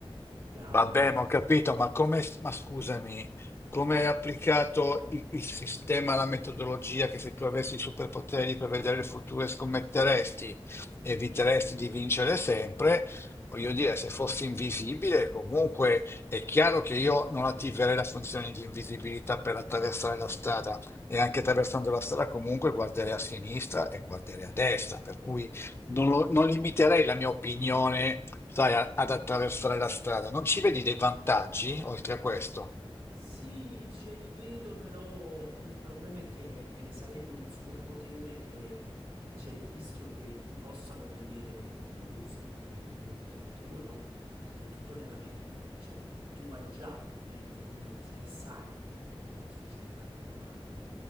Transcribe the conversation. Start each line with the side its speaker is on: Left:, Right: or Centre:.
Right: ti ha
Left: Vabbè, ma ho capito, ma come, ma scusami, come è applicato il, il sistema, la metodologia che se tu avessi i superpoteri per vedere il futuro scommetteresti, eviteresti di vincere sempre? Voglio dire, se fossi invisibile, comunque è chiaro che io non attiverei la funzione di invisibilità per attraversare la strada e anche attraversando la strada comunque guarderei a sinistra e guarderei a destra, per cui non, lo- non limiterei la mia opinione, sai, a- ad attraversare la strada. Non ci vedi dei vantaggi oltre a questo?
Right: Sì, ce li vedo, però il problema è che eh, sarebbe un superpotere che c'è il rischio che ti possano vedere mentre lo usi, mentre quello che ti ho detto io no, perché è tutto nella mente. Cioè, tu hai già in mente quello che sai, che quello che succederà l'indomani,